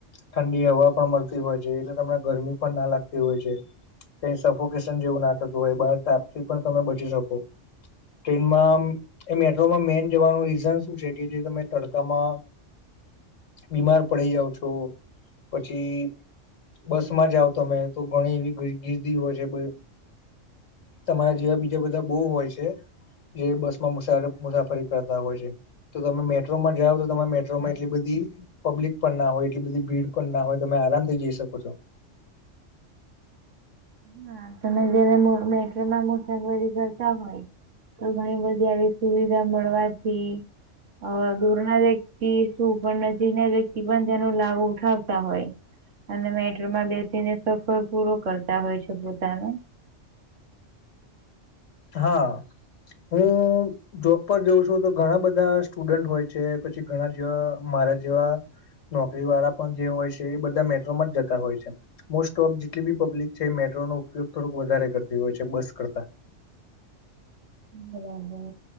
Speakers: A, on the left; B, on the right.
A: ઠંડી હવા પણ મળતી હોય છે એટલે તમને ગરમી પણ ના લાગતી હોય છે. કઈ સફોકેશન જેવું ના થતું હોય બહાર તાપથી પણ તમે બચી શકો ટ્રેનમાં આમ મેટ્રોમાં મેન જવાનું રીઝન શું છે કે જે તમે તડકામાં બીમાર પડી જાવં છો પછી બસ માં જાઓ તમે તો, ઘણી એવી ગીર્દી હોય છે. તમારા જેવા બીજા બધા બો હોય છે. જે બસમાં મુસા મુસાફરી કરતા હોય છે. તો તમે મેટ્રોમાં જાવો તો તમામે મેટ્રોમાં એટલી બધી પબ્લિક પણ ના હોય, એટલી બધી ભીડ પણ ના હોય તમે આરામથી જઈ શકો છો
B: હા તમે જયારે <inaudible> મેટ્રોમાં મુસાફરી કરતા હોય તો ઘણી બધી આવી સુવિધા મળવાથી હવે દૂર ના વ્યક્તિ શું પણ નજીકના વ્યક્તિ પણ તેનો લાભ ઉઠાવતા હોય અને મેટ્રોમાં બેસીને સફર પૂરો કરતા હોય છે પોતાનો
A: હા, હું જોબ પર જોઉં છું તો ઘણા બધા સ્ટુડન્ટ હોય છે પછી ઘણા જેવા મારા જેવા નોકરી વાળા પણ જે હોય છે, એ બધા મેટ્રોમાં જ <inaudible> ય મોસ્ટ ઓફ જેટલી બી પબ્લિક છે મેટ્રો નો ઉપયોગ થોડક વધારે કરતી હોય છે બસ કરતા
B: બરાબર